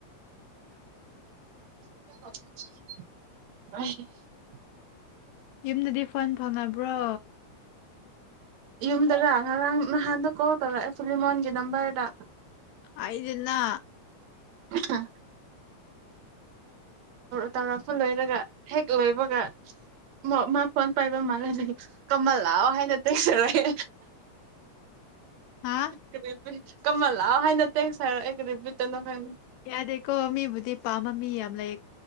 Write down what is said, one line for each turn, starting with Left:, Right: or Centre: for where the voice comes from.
Right: <inaudible>
Left: ꯌꯨꯝꯗꯗꯤ ꯐꯣꯟ ꯐꯪꯅꯕ꯭ꯔꯣ
Right: ꯌꯨꯝꯗꯔ ꯉꯔꯥꯡ ꯅꯍꯥꯟꯗ ꯀꯣꯜ ꯇꯧꯔꯛꯑꯦ ꯁꯨꯚꯤꯃꯣꯟꯒꯤ ꯅꯝꯕꯔꯗ
Left: ꯑꯩꯗꯅ
Right: ꯑ ꯇꯧꯔꯛꯄ ꯂꯣꯏꯔꯒ ꯍꯦꯛ ꯂꯣꯏꯕꯒ ꯃꯥꯣꯟ ꯄ ꯃꯥꯜ ꯀꯃꯜ ꯂꯑꯣ ꯍꯥꯏꯅꯠꯇꯁꯔꯒꯦ
Left: ꯍꯥ
Right: ꯀ ꯀꯃꯜꯂꯥ ꯍꯥꯏ ꯅ ꯇꯦ ꯑꯩꯈ꯭ꯔꯤꯕꯤꯇꯅ ꯈꯪ
Left: ꯌꯥꯗꯦꯀꯣ ꯃꯤꯕꯨꯗꯤ ꯄꯥꯝꯃ ꯃꯤ ꯌꯥꯝ ꯂꯩ